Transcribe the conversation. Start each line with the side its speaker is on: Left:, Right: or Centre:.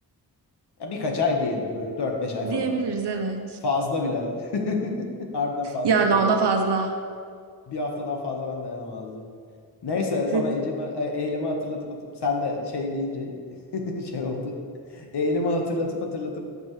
Left: Ya birkaç ay diyelim. Böyle dört beş ay
Right: Diyebiliriz
Left: falan.
Right: evet.
Left: Fazla bile. <laughs> Harbiden fazla
Right: Yani
Left: bile.
Right: ona fazla.
Left: Bir haftadan fazla ben dayanamazdım. Neyse
Right: <laughs> Peki
Left: sana Ecem'e, e, eylemi hatırlatıp atıp sen de şey deyince <laughs> şey oldu. Eylemi hatırlatıp hatırlatıp